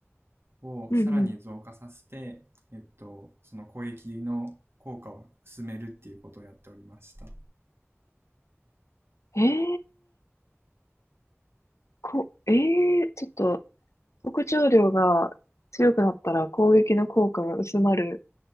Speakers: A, on the right; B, on the left.
A: をさらに増加させて、
B: うんう
A: えっと、その攻撃の効果を薄めるっていうことをやっておりました。
B: ん。えー、こ、えー、ちょっと、特徴量が強くなったら攻撃の効果が薄まる